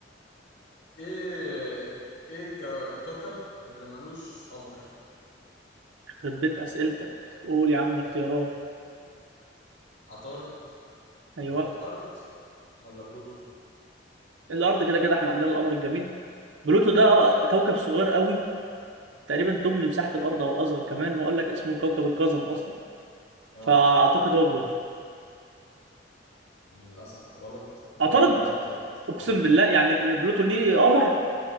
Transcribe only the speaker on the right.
يخرب بيت اسئلتك قول يا عم اختيارات
ايوه
الارض كده كده احنا عندنا القمر الجميل بلوتو ده كوكب صغير قوي تقريبا تمن مساحة الأرض أو أصغر كمان وقال لك اسمه كوكب القزم أصلا
فأعتقد هو بلوتو
اعترض
أقسم
بالله يعني ب- بلوتو ليه قمر